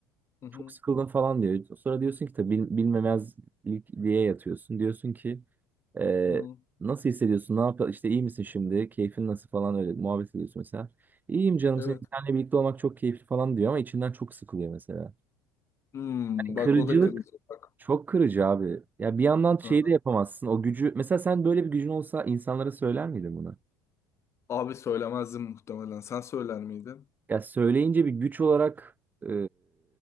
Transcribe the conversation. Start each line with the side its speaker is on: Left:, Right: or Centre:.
Left: Hı hı.
Right: Çok sıkıldın falan diyor. Sonra diyorsun ki tabii bil- bilmemezlik diye yatıyorsun. Diyorsun ki ee,
Left: Hı hı.
Right: nasıl hissediyorsun? Ne yapıyor? İşte iyi misin şimdi? Keyfin nasıl falan öyle muhabbet ediyorsun mesela. İyiyim canım
Left: Evet.
Right: senin seninle birlikte olmak çok keyifli falan diyor ama içinden çok sıkılıyor mesela.
Left: Hmm,
Right: Yani kırıcılık
Left: bak o da kırılacak. Bak.
Right: çok kırıcı abi. Ya bir yandan şeyi
Left: Aha.
Right: de yapamazsın. O gücü mesela sen böyle bir gücün olsa insanlara söyler miydin bunu?
Left: Abi söylemezdim muhtemelen. Sen söyler miydin?
Right: Ya söyleyince bir güç olarak e,